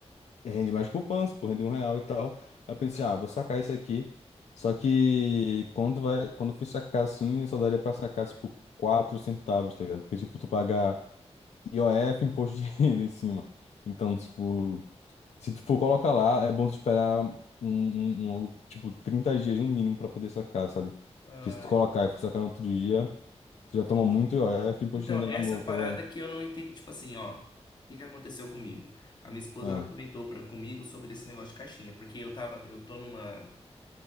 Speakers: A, on the left; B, on the left.
A: rende mais poupança, pô, rendeu um real e tal. Aí eu pensei,
B: Ah,
A: ah, vou sacar isso aqui. Só que quando vai, quando eu fui sacar assim, só daria pra sacar, tipo, quatro centavos, tá ligado? Porque, tipo, tu pagar. IOF, imposto de <laughs> renda em cima. Então, tipo, se tu for colocar lá, é bom tu esperar um, um, um longo, tipo, 30 dias no mínimo pra poder sacar, sabe?
B: ah,
A: Que se tu colocar e for sacar no outro dia, tu
B: entendi.
A: já toma muito IOF, imposto
B: Então,
A: de renda
B: essa
A: na boca,
B: parada
A: velho.
B: que eu não entendi. Tipo assim, ó. O que que aconteceu comigo? A minha esposa,
A: É.
B: ela comentou pra, comigo sobre esse negócio de caixinha. Porque eu tava, eu tô numa,